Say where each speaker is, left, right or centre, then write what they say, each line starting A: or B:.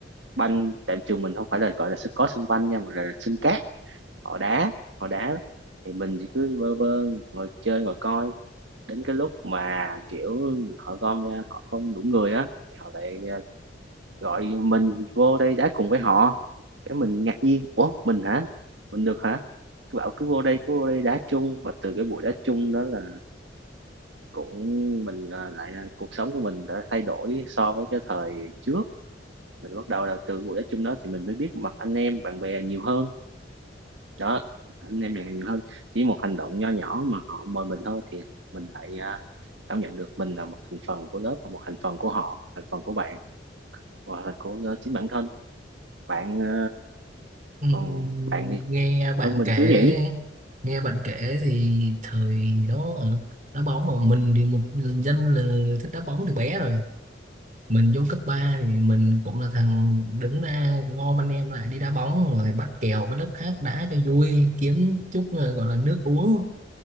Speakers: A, on the right; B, on the right.
A: banh tại trường mình không phải là gọi là sân có sân banh nha mà là sân cát họ đá họ đá thì mình chỉ cứ vơ vơ ngồi chơi ngồi coi đến cái lúc mà kiểu họ gom ra họ không đủ người á thì họ lại ờ, gọi mình vô đây đá cùng với họ cái mình ngạc nhiên ủa mình hả mình được hả cứ bảo cứ vô đây cứ vô đây đá chung và từ cái buổi đá chung đó là cũng mình ờ, lại ờ, cuộc sống của mình đã thay đổi so với cái thời trước mình bắt đầu là từ buổi đá chung đó thì mình mới biết mặt anh em bạn bè nhiều hơn đó anh em bạn bè nhiều hơn chỉ một hành động nho nhỏ mà họ mời mình thôi thì mình lại ờ, cảm nhận được mình là một thành phần của lớp và một thành phần của họ thành phần của bạn và thành của ờ, chính bản thân bạn ờ,
B: Ừm,
A: còn bạn thì
B: nghe bạn
A: hơn mình
B: kể
A: chứ nhỉ
B: nghe bạn kể thì thời đó hả? đá bóng mà mình thì một người dân là thích đá bóng từ bé rồi mình vô cấp 3 thì mình cũng là thằng đứng ra gom anh em lại đi đá bóng rồi bắt kèo với lớp khác đá cho vui kiếm chút ờ, gọi là nước uống